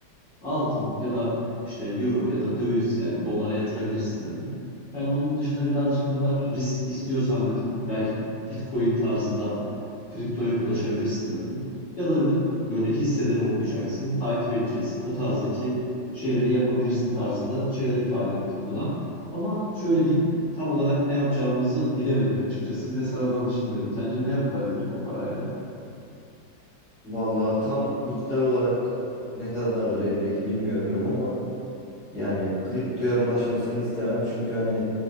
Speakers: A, on the left; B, in the centre.
A: altın ya da işte euro ya da döviz yani dolara yatırabilirsin dedim. Yani onun dışında birazcık daha risk istiyorsan dedim belki Bitcoin tarzında kriptoya bulaşabilirsin dedim. Ya da dedim böyle hisseleri okuyacaksın, takip edeceksin. O tarzdaki şeyleri yapabilirsin tarzında şeyler ifade ettim buna. Ama şöyle diyeyim tam olarak ne yapacağımızı bilemedik açıkçası. Bir de sana danışayım dedim. Sence ne yapılabilir o parayla?
B: Vallahi tam miktar olarak ne kadardır elindeki bilmiyorum ama yani kriptoya bulaşmasını istemem çünkü hani